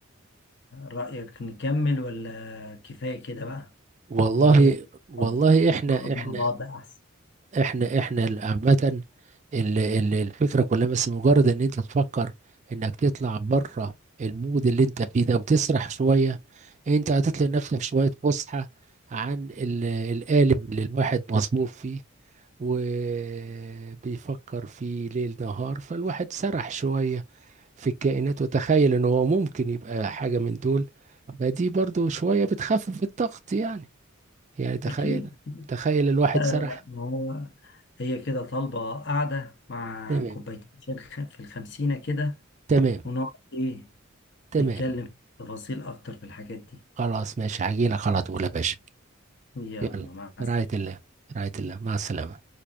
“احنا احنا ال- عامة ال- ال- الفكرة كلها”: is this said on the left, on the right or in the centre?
Right